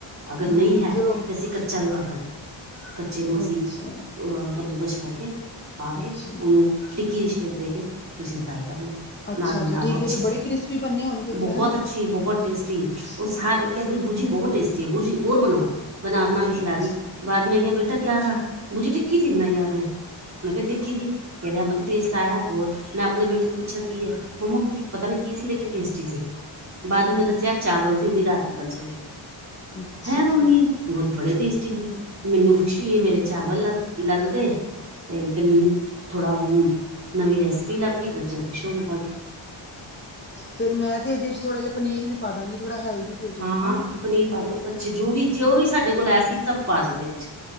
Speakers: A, on the right (about 35°); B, on the left (about 25°).
A: ਅਗਰ
B: ਹਾਂ
A: ਨਹੀਂ ਹੈ
B: ਫਿਰ ਉਹ
A: ਤੇ ਅਸੀਂ ਕੱਚਾ ਵੀ ਪਾ ਸਕਦੇ ਹਾਂ। ਬੱਚੇ ਨੂੰ ਅਸੀਂ
B: ਅੱਛਾ
A: ਕੱਦੂਕਸ਼ ਕਰਕੇ ਪਾ ਕੇ
B: ਅੱਛਾ
A: ਉਹਨੂੰ ਟਿੱਕੀ ਦੀ ਸ਼ੇਪ ਦੇ ਕੇ ਤੁਸੀਂ ਫਰਾਈ ਕਰ ਲਓ।
B: ਅੱਛਾ
A: ਨਾਲ ਬਣਾ
B: ਅੱਛਾ ਠੀਕ
A: ਲੋ ਅੱਛੀ
B: ਹੈ ਉਹ ਤੇ
A: ਸੀ
B: ਬੜੇ ਕ੍ਰਿਸਪੀ ਬੰਨੇ ਹੋਣਗੇ
A: ਬਹੁਤ
B: ਫਿਰ ਹਨਾ
A: ਅੱਛੀ ਬਹੁਤ ਟੇਸਟੀ
B: ਅੱਛਾ
A: ਉਹ ਸਾਰੇ ਕਹਿੰ ਦੀ ਬੂਜੀ ਬਹੁਤ ਟੇਸਟੀ ਆ ਬੂਜੀ ਹੋਰ ਬਣਾਉ ਬਣਾ ਬਣਾ ਕੇ ਖਲਾ
B: ਅੱਛਾ
A: ਦੀ ਬਾਦ ਮੈਂ ਕਿਹਾ ਬੇਟਾ ਕਿਆ ਥਾ ਮੁਝੇ ਟਿੱਕੀ ਸੀ ਬਣਾਈ ਆਪ ਨੇ ਮੈਂ ਕਿਹਾ ਟਿਕੀ ਸੀ। ਕਹਿ ਰਿਹਾ ਮੈਂ ਕਿਹਾ ਟੇਸਟ ਆਇਆ ਬਹੁਤ ਮੈਂ ਆਪਣੇ ਬੇਟੇ ਨੂੰ ਪੁੱਛਿਆ ਕੀ ਹੈ? ਮੰਮਾ ਕੁਛ ਪਤਾ ਨੀ ਕੀ ਸੀ ਲੇਕਿਨ ਟੇਸਟੀ ਸੀ। ਬਾਅਦ ਮੈਂ ਦੱਸਿਆ
B: ਅੱਛਾ
A: ਚਾਵਲ ਸੀ ਉਹ ਵੀ ਰਾਤ ਦੇ ਬਚੇ
B: ਅੱਛਾ
A: ਹੈਂ! ਮੰਮੀ
B: ਜੀ
A: ਬਹੁਤ ਬੜੇ ਟੇਸਟੀ ਸੀ ਮੈਨੂੰ ਖੁਸ਼ੀ ਹੋਈ ਮੇਰੇ ਚਾਵਲ ਲੱਗ ਲੱਗ ਗਏ। ਤੇ ਥੋੜਾ ਨਵੀਂ ਰੈਸਿਪੀ ਲੱਭ ਗਈ ਬੱਚੇ ਖੁਸ਼ ਹੋ ਕੇ ਖਾਗੇ।
B: ਫੇਰ ਮੈਂ ਤੇ ਇਹਦੇ ਚ ਥੋੜ੍ਹਾ ਜਿਹਾ ਪਨੀਰ ਵੀ ਪਾ ਦਾਂਗੀ ਥੋੜਾ ਹੈਲਦੀ ਵੀ ਹੋਜੇਗਾ
A: ਹਾਂ ਹਾਂ
B: ਹਨਾ।
A: ਪਨੀਰ ਪਾ ਦੋ ਬੱਚੇ ਜੋ ਵੀ ਜੋ ਵੀ ਸਾਡੇ ਕੋਲ ਹੈ ਸੀ ਸਭ ਪਾ ਦੋ ਇਹਦੇ ਵਿੱਚ